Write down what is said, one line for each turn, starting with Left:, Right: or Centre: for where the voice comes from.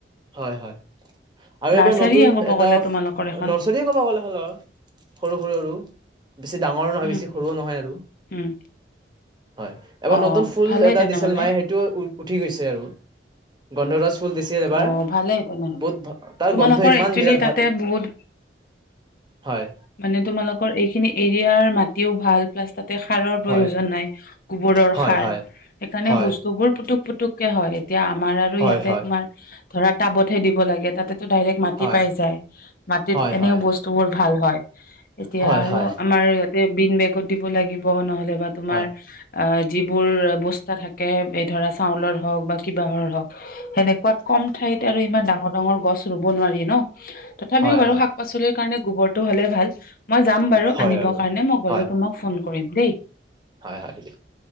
Right: হয়, হয়। আৰু
Left: নাৰ্চাৰীয়ে
Right: এবাৰ নতুন
Left: ক'ব
Right: এটাফ,
Left: গ'লে তোমালোকৰ এখন
Right: নাৰ্চাৰীয়ে ক'ব গ'লে <unintelligible> সৰু-সৰু আৰু। বেছি ডাঙৰ নহয়,
Left: উম
Right: বেছি সৰুও নহয় আৰু।
Left: উম
Right: হয়। এবাৰ
Left: অ
Right: নতুন ফুল
Left: ভালেই
Right: এটা
Left: তেনেহলে
Right: দিছিল মায়ে। সেইটোৱে ও, উৎ উঠি গৈছে আৰু গন্ধৰাজ ফুল দিছিল, এবাৰ।
Left: অ ভালেই তেনেহ
Right: বহুত তাৰ
Left: তোমালোকৰ
Right: গন্ধ ইমান
Left: একচুয়ালি
Right: বিৰাট
Left: তাতে
Right: ভাল
Left: বহুত
Right: হয়
Left: মানে তোমালোকৰ এইখিনি এৰিয়াৰ মাটিও ভাল প্লাষ্টাৰ সাৰৰ প্ৰয়োজন
Right: হয়
Left: নাই, গোবৰৰ
Right: হয়
Left: সাৰ।
Right: হয়
Left: সেইকাৰণে
Right: হয়
Left: বস্তুবোৰ পুটুক পুটু পুতুকে হয় এতিয়া আমাৰ আৰু
Right: হয়
Left: ইয়াতে
Right: হয়
Left: ধৰা, টাবতহে দিব লাগে। তাতে <unintelligible> ডাইৰেক্ট মাটি
Right: হয়
Left: পাই যায়। মাটিত
Right: হয়
Left: এনেও
Right: হয়
Left: বস্তুবোৰ ভাল হয়। এতিয়া
Right: হয়
Left: আৰু
Right: হয়
Left: আমাৰ ইয়াত বিন বেগত দিব লাগিব নহলে অ তোমাৰ
Right: হয়
Left: আ, যিবোৰ বস্তা থাকে, এই ধৰা চাউলৰ হওঁক বা কিবাহৰ হওঁক, সেনে কম ঠাই আৰু ইমান ডাঙৰ ডাঙৰ-ডাঙৰ গছ ৰুৱ নোৱাৰি ন? তথাপিও
Right: হয়
Left: বাৰু
Right: হয় হয়
Left: শাক পাচলিৰ কাৰণে গোবৰটো হলে ভাল মই যাম
Right: হয়
Left: বাৰু আনিব
Right: আৰু
Left: কাৰণে মই গলে
Right: হয়
Left: তোমাক ফোন কৰিম দেই
Right: হয়! হয়! দিয়ক